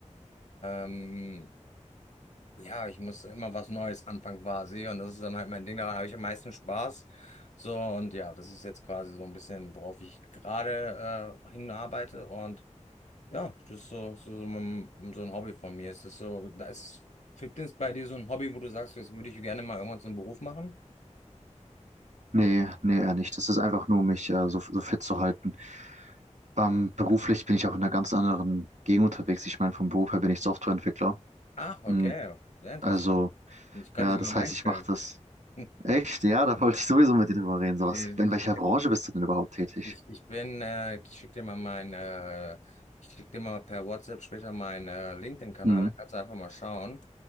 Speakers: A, on the left (about 70°); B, on the right (about 75°).
A: ähm, ja, ich muss immer was Neues anfangen quasi und das ist dann halt mein Ding, daran habe ich am meisten Spaß. So und ja, das ist jetzt quasi so ein bisschen, worauf ich gerade äh, hinarbeite und ja, das ist so, so, so, mein, so ein Hobby von mir. Ist das so, da ist Fitness bei dir so ein Hobby, wo du sagst, das würde ich gerne mal irgendwann zum Beruf machen?
B: Nee, nee, eher nicht. Das ist einfach nur, mich äh, so, so fit zu halten. Ähm, beruflich bin ich auch in einer ganz anderen Gegend unterwegs. Ich meine, vom Beruf her bin ich Softwareentwickler.
A: Ach, okay,
B: Hm,
A: sehr interessant.
B: also,
A: Ich kann
B: ja,
A: dich sogar
B: das
A: mal
B: heißt,
A: einstellen.
B: ich mache das.
A: <laughs>
B: Echt? Ja, da wollte ich sowieso mit dir drüber reden. So was.
A: Ich
B: In welcher Branche bist du denn überhaupt tätig?
A: Ich, ich bin, äh, ich schicke dir mal meine, ich schicke dir mal per WhatsApp später meinen äh, LinkedIn-Kanal,
B: Hm,
A: da kannst du einfach mal schauen.